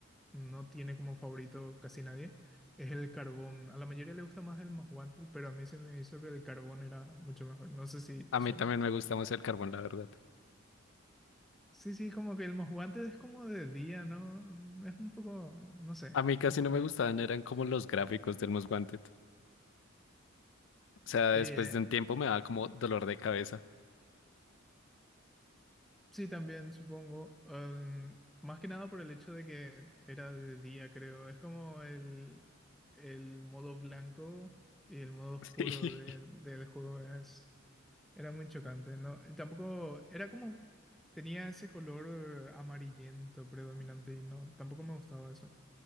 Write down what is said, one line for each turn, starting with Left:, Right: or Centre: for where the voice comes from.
Centre: no tiene como favorito casi nadie, es el Carbón. A la mayoría le gusta más el Most Wanted, pero a mí se me hizo que el Carbón era mucho mejor. No sé si te
Left: A mí
Centre: suena.
Left: también me gusta más el carbón, la verdad.
Centre: Sí, sí, como que el Most Wanted es como de día, ¿no? Es un poco, no sé,
Left: A mí casi
Centre: un poco...
Left: no me gustaban, eran como los gráficos del Most Wanted. O sea,
Centre: eh,
Left: después de un tiempo me daba como dolor de cabeza. <laughs>
Centre: Sí, también supongo. Em, más que nada por el hecho de que era de día, creo. Es como el, el modo blanco y el modo oscuro
Left: Sí.
Centre: de- del juego es, era muy chocante, ¿no? Y Tampoco era como tenía ese color amarillento predominante y no, tampoco me gustaba eso.